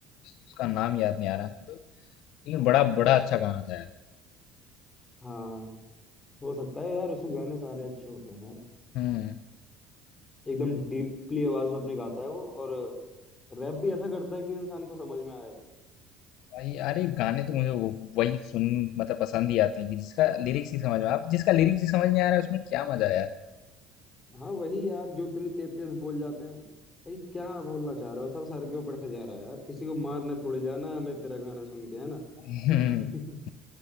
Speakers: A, on the left; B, on the left.
A: उसका नाम याद नहीं आ रहा लेकिन बड़ा बड़ा अच्छा गाना था यार
B: हाँ हो सकता है यार उसके गाने सारे अच्छे होते हैं यार
A: हम्म
B: एकदम डीपली आवाज में अपने गाता है वो और रैप भी ऐसा करता है कि इंसान को समझ में आए
A: भाई अरे गाने तो मुझे वो- वही सुन मतलब पसंद ही आते हैं कि जिसका लिरिक्स नहीं समझ में आप जिसका लिरिक्स ही समझ नहीं आ रहा है उसमें क्या मजा है यार हम्म,
B: हाँ वही यार जो त्री तेतीस बोल जाते हैं भाई क्या बोलना चाह रहे हो सब सर के ऊपर से जा रहा है यार किसी को मारने थोड़े जाना है हमें तेरा गाना सुन के है ना
A: <laughs>
B: <laughs>